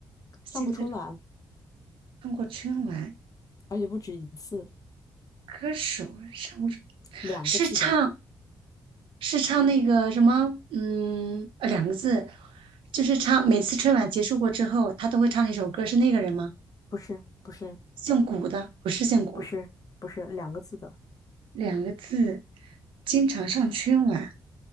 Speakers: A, on the right; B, on the left.
A: 现在
B: 上过春晚，
A: 中国春晚
B: 而且不止一次，
A: 歌手上过
B: 两个字的，
A: 是唱是唱那个什么，嗯，呃两个字，就是唱每次春晚结束过之后，他都会唱的一首歌，是那个人吗？
B: 不是，不是，
A: 姓古的，不是姓古，
B: 不是，不是两个字的，
A: 两个字，经常上春晚。